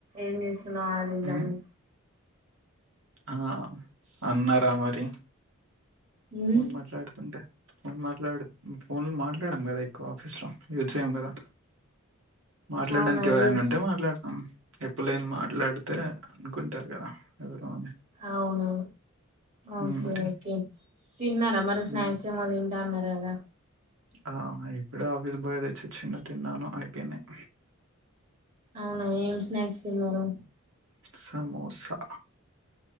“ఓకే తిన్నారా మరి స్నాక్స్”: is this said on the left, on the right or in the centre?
Right